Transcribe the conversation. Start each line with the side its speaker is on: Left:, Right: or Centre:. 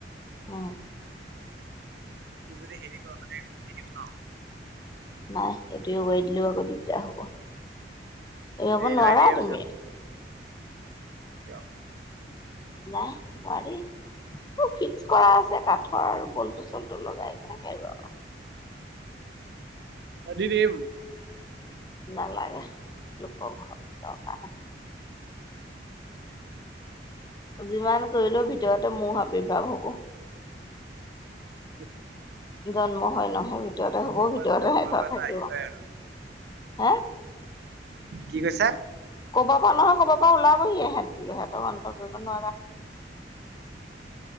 Left: অ'।
Right: সেইটো যদি হেৰি কৰো মানে দি দিওঁ ন।
Left: নাই এইটো এৰোৱাই দিলেও আকৌ দিগদাৰ হ'ব। এইবোৰ
Right: এৰুৱাই
Left: নোৱাৰা
Right: দিয়াৰ পিছত
Left: তুমি।
Right: কিয়?
Left: নাই নোৱাৰী ফিক্স কৰা আছে কাঠৰ আৰু বল্তু চল্তু লগাই কেনেকে এৰোৱাবা।
Right: দি দিম।
Left: নালাগে লোকৰ ঘৰ দৰকাৰ নাই। যিমান কৰিলেও ভিতৰতে মহ আৱিৰ্ভাৱ হ'ব।
Right: হমহ।
Left: জন্ম হয় নহয় ভিতৰতে হ'ব ভিতৰতে
Right: নহয় ক'ৰবাৰ পৰা
Left: থাকিব।
Right: আহিবই আৰু
Left: হা।
Right: কি কৈছা?
Left: ক'বা পৰা নহয় ক'বা পৰা ওলাবহিয়ে এহেতি এহেতৰ অন্ত কৰিব নোৱাৰা।